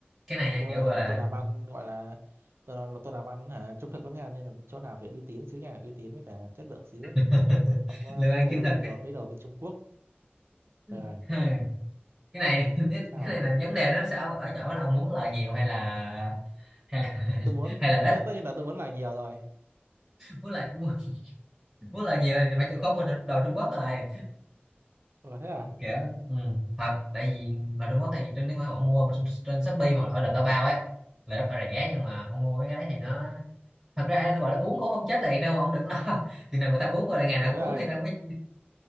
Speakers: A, in the centre; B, on the right.
A: cái này
B: mà
A: nha,
B: tôi
A: kiểu gọi
B: hả
A: là
B: tôi làm ăn gọi là tôi là tôi làm ăn hả trung thực lắm nha nên là chỗ nào phải uy tín xíu nha uy tín với cả chất lượng xíu
A: <laughs>
B: ông có
A: lương ăn
B: chơi
A: chân thực
B: bên đồ mấy đồ bên Trung Quốc ờ
A: <laughs> cái này <laughs>
B: sao
A: cái này là
B: hả
A: vấn đề nó sao ở chỗ là ông muốn lời nhiều hay là hay là <laughs>
B: tôi muốn
A: hay là ít
B: tất tất nhiên là tôi muốn làm nhiều rồi
A: muốn lời muốn, muốn lời nhiều thì phải chịu khó mua đồ Trung Quốc rồi
B: ừ, thế à
A: kiểu ừ, thật tại vì ở Trung Quốc thì trên nếu mà ông mua trên, Shopee hoặc là ở Taobao Bao ấy là rất là rẻ nhưng mà ông mua mấy cái đấy thì nó thật ra nó gọi là uống cũng không chết liền đâu ông đừng lo <laughs> chừng nào người ta uống gọi là ngày nào
B: trời
A: cũng
B: đất ơi
A: uống thì ta mới